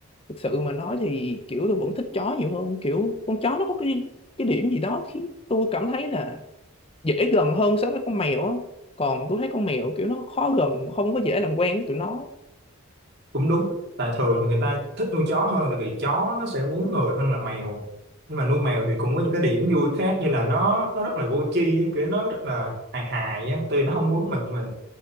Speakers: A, on the left; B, on the right.
A: thực sự mà nói thì kiểu tôi vẫn thích chó nhiều hơn kiểu con chó nó có cái cái điểm gì đó khiến tôi cảm thấy là dễ gần hơn so với con mèo á còn tôi thấy con mèo kiểu nó khó gần không có dễ làm quen với tụi nó
B: cũng đúng tại thường thì người ta thích nuôi chó hơn tại vì chó nó sẽ quấn người hơn là mèo nhưng mà nuôi mèo thì cũng có những cái điểm vui khác như là nó nó rất là vô tri ấy, kiểu nó rất là hài hài á tuy nó không quấn mình nhưng mà